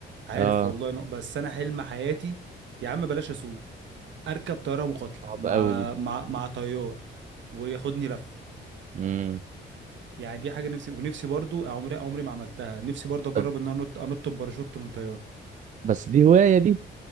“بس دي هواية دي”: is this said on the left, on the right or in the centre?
Right